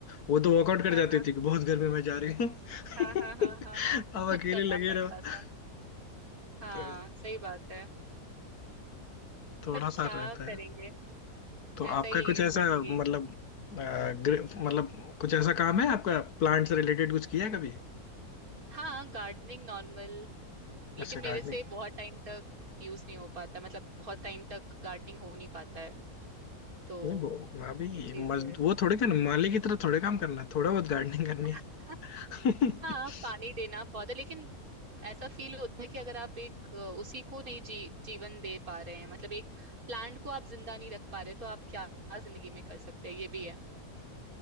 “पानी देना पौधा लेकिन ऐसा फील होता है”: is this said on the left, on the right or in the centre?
Right